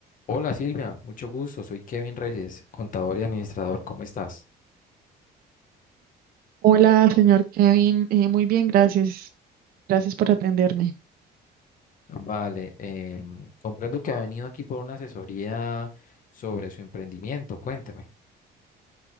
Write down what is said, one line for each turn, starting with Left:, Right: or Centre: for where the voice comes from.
Left: Hola Silvia, mucho gusto. Soy Kevin Reyes, contador y administrador. ¿Cómo estás?
Right: Hola, señor Kevin. Eh, muy bien, gracias. Gracias por atenderme.
Left: Vale, em, comprendo que ha venido aquí por una asesoría sobre su emprendimiento. Cuénteme.